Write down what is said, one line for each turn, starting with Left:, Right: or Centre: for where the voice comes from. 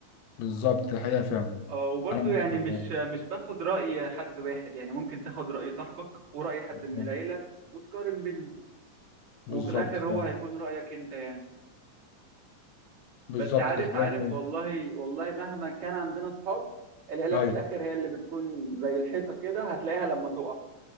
Left: بالظبط دي حقيقه فعلا
Right: اه وبرضه
Left: انا معاك
Right: يعني
Left: في الحوار
Right: مش مش باخد راي حد واحد يعني ممكن تاخد راي صاحبك وراي حد
Left: ده.
Right: من العيله وتقارن بينهم
Left: بالظبط
Right: وفي الاخر
Left: فعلا
Right: هو هيكون رأيك انت يعني
Left: بالظبط
Right: بس عارف
Left: دي حقيقه
Right: عارف
Left: فعلا
Right: والله والله مهما كان عندنا صحاب العيلة
Left: ايوه
Right: في الاخر هي اللي بتكون زي الحيطة كده هتلاقيها لما تقع